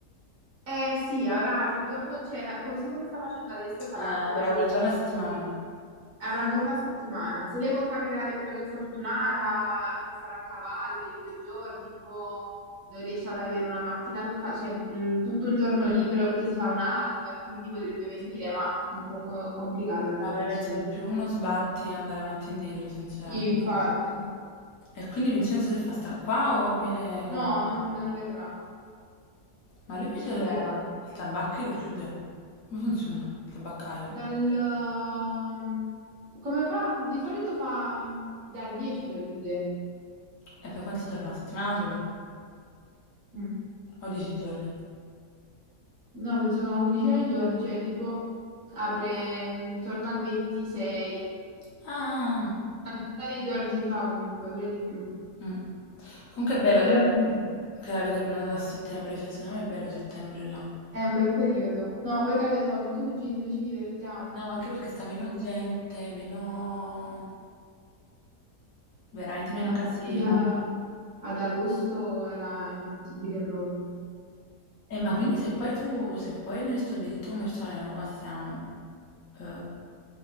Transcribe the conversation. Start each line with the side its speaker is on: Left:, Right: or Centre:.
Right: Eh sì, avrà un giorno, cioè, la- così come sta facendo adesso, farà
Left: Eh, avrà
Right: anche da agosto,
Left: quel giorno
Right: perché
Left: a settimana.
Right: avrà un giorno a settimana. Se lei può capitare proprio che è fortunata, sa- sarà a cavallo di due giorni, tipo non riesce ad avere una mattina tutta, cioè, un- tutto un giorno libero perché si fa un'alba e quindi potrebbe venire, ma è un po' co- complicata la
Left: Vabbè,
Right: situazione.
Left: penso che più uno sbatti andare avanti e indietro, sinceramente.
Right: Sì, infatti.
Left: E quindi Vincenzo che fa? Sta qua o viene comunque
Right: No, non,
Left: in Calabria?
Right: non verrà,
Left: Ma lui invece
Right: non
Left: il,
Right: verrà.
Left: il tabacchi lo chiude? Come funziona il tabaccaio?
Right: Dal... ehm, Come fa? Di solito fa dal 10 lo chiude.
Left: E per quanti giorni? Una settimana sola?
Right: Mm.
Left: O dieci giorni?
Right: No, penso una quindicina di giorni, cioè tipo apre mm, intorno al 26.
Left: Ah, ah, ah.
Right: Una decina di giorni se li fa comunque, pure di più.
Left: Mm. Comunque è bello
Right: Tanto
Left: che la-
Right: comunque
Left: che l'avete prenotata a settembre, cioè secondo me è bello settembre là.
Right: è un bel periodo. No, poi capito, siamo tutti cugini, noi ci divertiamo.
Left: No, ma anche perché sta meno gente, meno... veramente
Right: No,
Left: meno
Right: ma
Left: casino.
Right: infatti a- ad agosto era infattibile proprio.
Left: Eh, ma quindi se poi tu, se poi noi sto diritto commerciale non lo passiamo, eh,